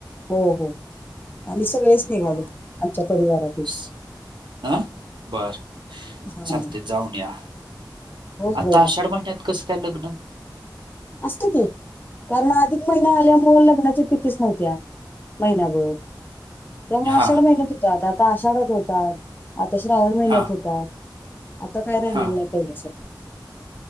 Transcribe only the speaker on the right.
हा.
स- हा बर
चालते जाऊन या
आता आषाढ
महिन्यात कसं का लगना
हा
हा
हा